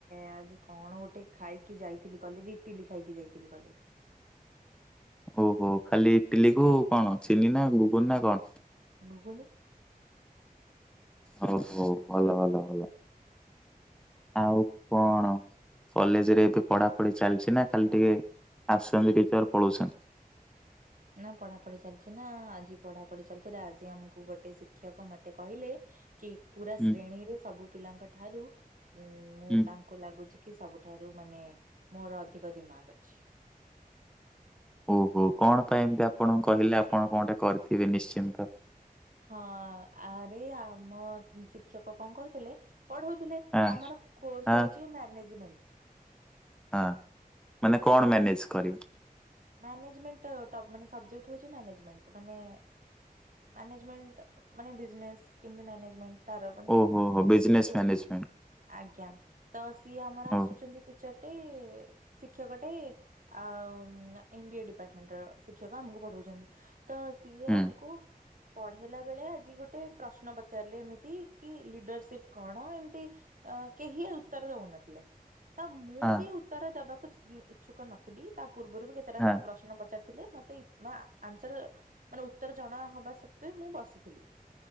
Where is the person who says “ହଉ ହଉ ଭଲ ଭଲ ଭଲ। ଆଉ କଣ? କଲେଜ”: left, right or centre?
Centre